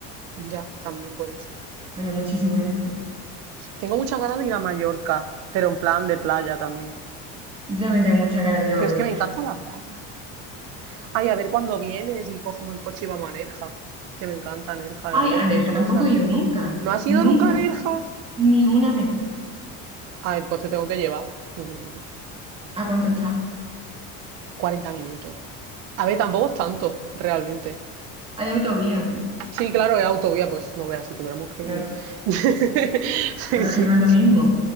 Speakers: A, on the right; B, on the right.
A: Ya, también puede ser.
B: Había muchísima gente.
A: Tengo muchas ganas de ir a Mallorca, pero en plan de playa también.
B: Yo también tengo mucha ganas de ir
A: Tío,
B: a Mallorca.
A: es que me encanta la playa. Ay, a ver cuándo vienes y cogemos el coche y vamos a Nerja. Que me encanta Nerja,
B: Ay,
A: el agua
B: a
A: es preciosa.
B: Nerja tampoco he ido nunca.
A: ¿No has ido
B: Nunca.
A: nunca a Nerja?
B: Ni una vez.
A: Ay, pues te tengo que llevar. <laughs>
B: ¿A cuánto está?
A: 40 minutos. A ver, tampoco es tanto, realmente.
B: Hay autovía, ¿no?
A: Sí, claro, es autovía, pues no veas, si tuviéramos que
B: Pero
A: ir. <laughs> Sí,
B: pero
A: sí.
B: es que no es lo mismo.